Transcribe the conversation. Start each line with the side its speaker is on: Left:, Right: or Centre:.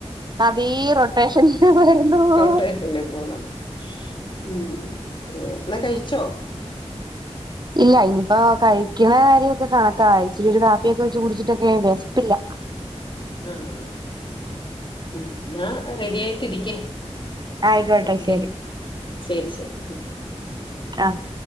Right: അതെ റൊട്ടേഷൻ വരുന്നുവോ
Left: റൊട്ടേഷനില് പോണം ഉം ഇങ്ങനെ ന്നാകഴിച്ചോ
Right: ഇല്ല ഇനിയിപ്പോ കഴിക്ക്ണ കാര്യൊക്കെ കണക്ക അയ്ച്ചിരി ഒരുകാപ്പിയൊക്കെ വെച്ച് കുടിച്ചിട്ടൊക്കെ വെശ്പ്പില്ല
Left: ആഹ് ഉ ന്നാറെഡിയായിട്ടിരിക്ക്
Right: ആയിക്കോട്ടെ
Left: ഓക്കെ
Right: ശരി
Left: ശെരി ശെരി ഉം
Right: ആഹ്